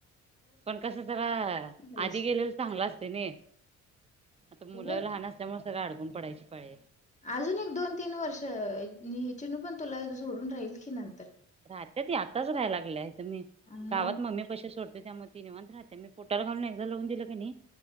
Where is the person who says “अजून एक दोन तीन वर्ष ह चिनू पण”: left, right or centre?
Left